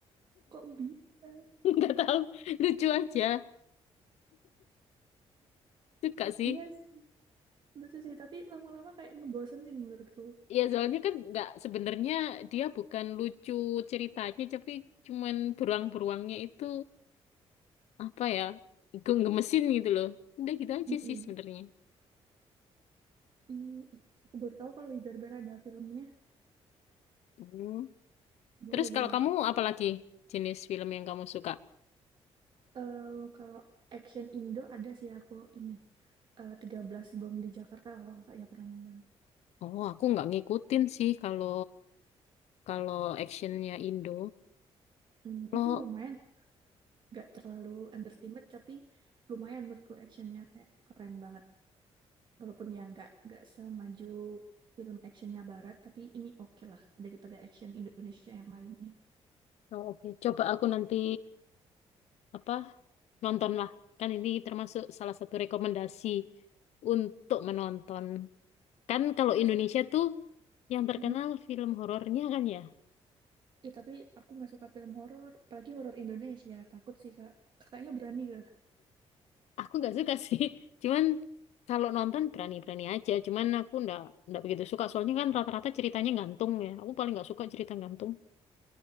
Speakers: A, on the right (about 45°); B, on the left (about 80°).
A: kok bisa?
B: <laughs> Nggak tahu, lucu aja. Suka sih.
A: Yes, lucu sih, tapi lama-lama kayak ngebosenin menurutku.
B: Ya soalnya kan nggak sebenarnya dia bukan lucu ceritanya, tapi cuman beruang-beruangnya itu apa ya ge- gemesin gitu loh udah gitu aja
A: Mm-mm.
B: sih sebenarnya
A: Ini aku baru tahu kalau Wibarbar ada filmnya.
B: Hmm.
A: Boleh-boleh
B: terus kalau kamu
A: aku.
B: apa lagi jenis film yang kamu suka
A: Eh, kalau action Indo ada sih aku ini. eh, 13 Bom di Jakarta kalau kakaknya pernah nonton.
B: oh aku nggak ngikutin sih kalau kalau actionnya Indo
A: Hmm,
B: kalau
A: itu lumayan, gak terlalu entertainment tapi lumayan menurutku actionnya kayak keren banget. walaupun ya nggak nggak semaju film actionnya barat tapi ini oke okay lah daripada action Indonesia yang lainnya
B: oh, oke coba aku nanti apa nonton lah kan ini termasuk salah satu rekomendasi untuk menonton kan kalau
A: terus
B: Indonesia
A: ada
B: tuh yang terkenal
A: mm,
B: film horornya kan ya
A: ya, tapi aku nggak suka film horor apalagi horor Indonesia takut sih kak kakaknya berani gak
B: aku nggak suka sih <laughs> cuman kalau nonton berani-berani aja cuman aku nggak nggak begitu suka soalnya kan rata-rata ceritanya gantung ya aku paling nggak suka cerita gantung